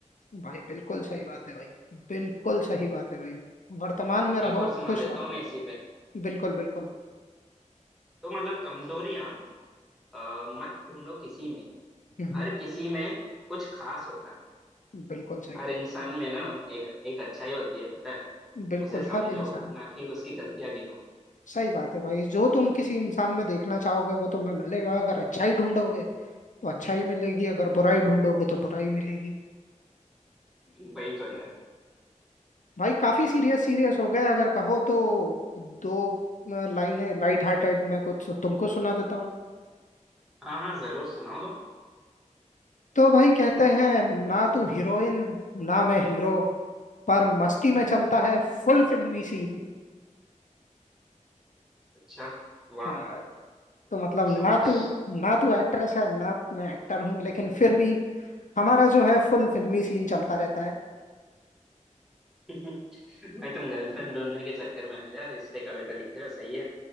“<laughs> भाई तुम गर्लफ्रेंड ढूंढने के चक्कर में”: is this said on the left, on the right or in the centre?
Centre